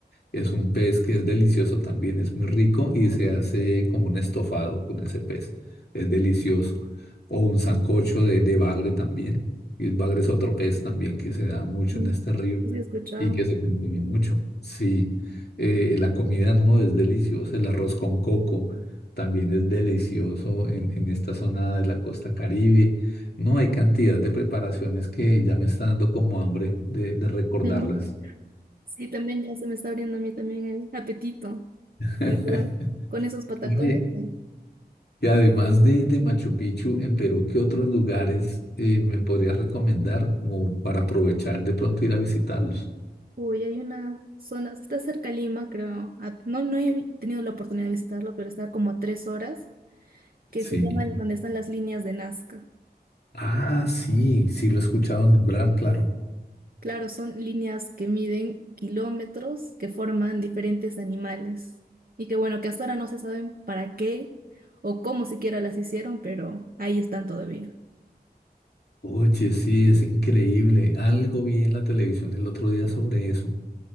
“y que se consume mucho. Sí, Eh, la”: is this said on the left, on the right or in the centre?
Left